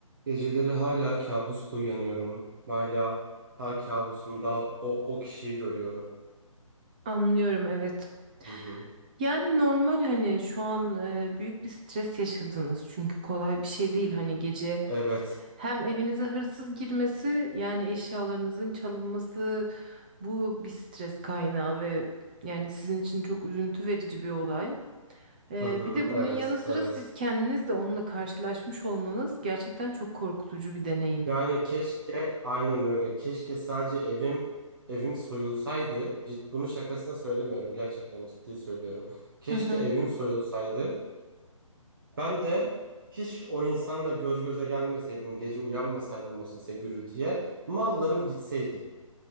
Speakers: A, on the right; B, on the right.
A: Geceleri hala kabusla uyanıyorum. Hala her kabusumda o o kişiyi görüyorum.
B: Anlıyorum evet.
A: Hı hı.
B: Yani normal hani şu an e, büyük bir stres yaşadınız çünkü kolay bir şey değil hani gece
A: Evet.
B: hem evinize hırsız girmesi yani eşyalarınızın çalınması bu bir stres kaynağı ve yani sizin için çok üzüntü verici bir olay. E,
A: Hı hı.
B: bir de bunun
A: Evet.
B: yanı sıra
A: Evet.
B: siz kendiniz de onunla karşılaşmış olmanız gerçekten çok korkutucu bir deneyim.
A: Yani keşke aynen öyle. Keşke sadece evim evim soyulsaydı. Cid, bunu şakasına söylemiyorum. Gerçekten ciddi söylüyorum. Keşke
B: Hı hı.
A: evim soyulsaydı. Ben de hiç o insanla göz göze gelmeseydim, gece uyanmasaydım o sese, gürültüye, mallarım gitseydi.